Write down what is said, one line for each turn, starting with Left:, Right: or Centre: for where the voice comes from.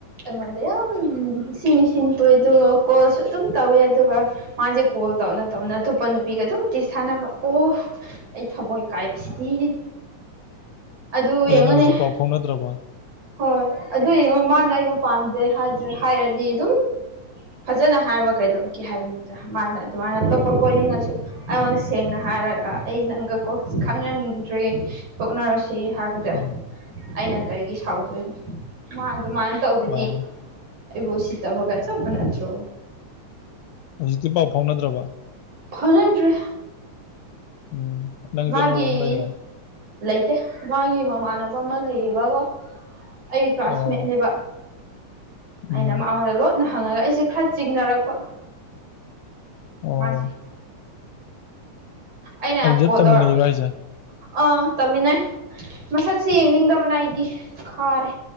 Right: ꯑ ꯌꯥꯝ ꯅꯨꯡꯁꯤ ꯅꯨꯡꯁꯤꯅ ꯇꯧꯋꯦ ꯑꯗꯨꯒ ꯀꯣꯜꯁꯨ ꯑꯗꯨꯝ ꯇꯧꯋꯦ ꯑꯗꯨꯒ ꯃꯥꯖꯦ ꯀꯣꯜ ꯇꯧꯅ ꯇꯧ ꯇꯧꯅ ꯑꯇꯣꯞꯄ ꯅꯨꯄꯤꯒ ꯑꯗꯨꯝ ꯇꯦꯛꯁ ꯊꯥꯟꯅꯕ ꯑꯣ ꯑꯩ ꯊꯃꯣꯏ ꯀꯥꯏꯕꯁꯤꯗꯤ ꯑꯗꯨ ꯌꯦꯡꯉꯨꯅꯦ
Left: ꯅꯪ ꯍꯧꯖꯤꯛ ꯄꯥꯎ ꯐꯥꯎꯅꯗ꯭ꯔꯕꯣ
Right: ꯍꯣꯏ ꯑꯗꯨ ꯌꯦꯡꯉꯣ ꯃꯥꯅ ꯑꯩꯕꯨ ꯄꯥꯝꯗꯦ ꯍꯥꯏꯗ꯭ꯔ ꯍꯥꯏꯔꯗꯤ ꯑꯗꯨꯝ ꯐꯖꯅ ꯍꯥꯏꯕ ꯀꯩꯗꯧꯒꯦ ꯍꯥꯏꯕꯅꯤꯗ ꯃꯥꯅ ꯑꯗꯨꯃꯥꯏꯅ ꯑꯇꯣꯞꯄ ꯀꯣꯏꯅꯤꯡꯉꯁꯨ ꯑꯩꯉꯣꯟꯗ ꯁꯦꯡꯅ ꯍꯥꯏꯔꯒ ꯑꯩ ꯅꯪꯒꯀꯣ ꯈꯪꯅꯅꯤꯡꯗ꯭ꯔꯦ ꯊꯣꯛꯅꯔꯁꯤ ꯁꯤ ꯍꯥꯏꯕꯗ
Left: ꯑꯧ
Right: ꯑꯩꯅ ꯀꯔꯤꯒꯤ ꯁꯥꯎꯗꯣꯏꯅꯣ ꯃꯥ ꯑꯗꯨꯃꯥꯏꯅ ꯇꯧꯕꯗꯤ
Left: ꯃꯥꯅꯦ
Right: ꯑꯩꯕꯨ ꯎꯁꯤꯠꯇꯕꯒ ꯆꯞ ꯃꯥꯟꯅꯗ꯭ꯔꯣ
Left: ꯍꯧꯖꯤꯛꯇꯤ ꯄꯥꯎ ꯐꯥꯎꯅꯗ꯭ꯔꯕꯣ
Right: ꯐꯥꯎꯅꯗ꯭ꯔꯦ
Left: ꯑꯣ ꯅꯪꯖꯨ
Right: ꯃꯥꯒꯤ
Left: ꯑꯅꯧꯕ ꯑꯝ ꯂꯩꯔꯗꯥꯏ
Right: ꯂꯩꯇꯦ ꯃꯥꯒꯤ ꯃꯃꯥꯟꯅꯕ ꯑꯃ ꯂꯩꯌꯦꯕꯀꯣ ꯑꯩ ꯀ꯭ꯂꯥꯁꯃꯦꯠꯅꯦꯕ
Left: ꯑꯣ ꯎꯝ
Right: ꯑꯩꯅ ꯃꯉꯣꯟꯗ ꯂꯣꯠꯅ ꯍꯪꯉꯒ ꯑꯩꯁꯦ ꯈꯔ ꯆꯤꯡꯅꯔꯛꯄ
Left: ꯑꯣ
Right: ꯃꯥꯁꯦ ꯑꯩꯅ
Left: ꯑꯗꯨꯗ
Right: ꯀꯣꯜ
Left: ꯇꯝꯃꯤꯟꯅꯩꯔꯣ
Right: ꯇꯧꯔꯒ
Left: ꯍꯥꯏꯁꯦ
Right: ꯑꯥ ꯇꯝꯃꯤꯟꯅꯩ ꯃꯁꯛꯁꯦ ꯌꯦꯡꯅꯤꯡꯗꯕꯅ ꯑꯩꯗꯤ ꯈꯥꯔꯦ